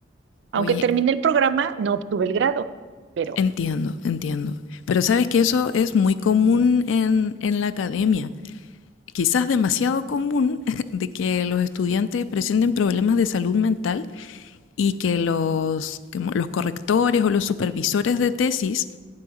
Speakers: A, on the right (about 60°); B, on the left (about 70°).
A: Aunque
B: Oye,
A: terminé el programa, no obtuve el grado, pero...
B: Entiendo, entiendo. Pero sabes que eso es muy común en, en la academia. Quizás demasiado común <laughs> de que los estudiantes presenten problemas de salud mental y que los, que mo- los correctores o los supervisores de tesis